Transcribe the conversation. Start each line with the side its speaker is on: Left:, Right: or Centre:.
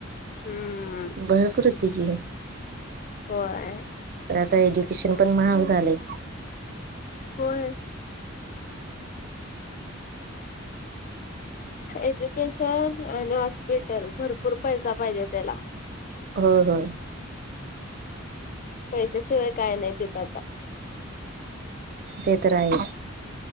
Left: हम्म
Right: भरपूर होतं की.
Left: वय.
Right: तर आता एड्युकेशन पण महाग झाले‌.
Left: होय. एज्युकेशन आणि हॉस्पिटल भरपूर पैसा पाहिजे त्याला.
Right: होय होय.
Left: पैशाशिवाय काय नाही तिथं आता.
Right: ते तर आहेच.